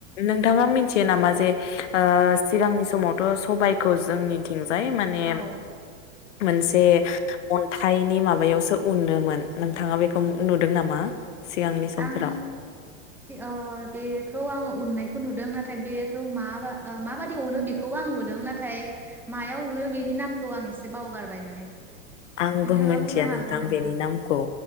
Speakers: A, on the left; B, in the centre.
A: नोंथाङा मिथि नामा जे ओ सिगांनि समावथ' सबबायखौ जोंनिथिं माने
B: औ
A: मोनसे अन्थाय थाइनि माबायावसो उनोमोन नोंथाङा बेखौ नुदों नामा? सिगांनि समफोराव
B: आं ओ बेखौ आङो उननायखौ नुदों नाथाय बेखौ मा माबादि उननो बेखौबो आं नुदों नाथाय मायाव उनो बेनि नामखौ आं एसे बावगारबाय माने।
A: आंबो
B: नोंथाङा
A: मिथिया
B: बुंनो हागौ
A: नोंथां
B: नामा
A: बेनि नामखौ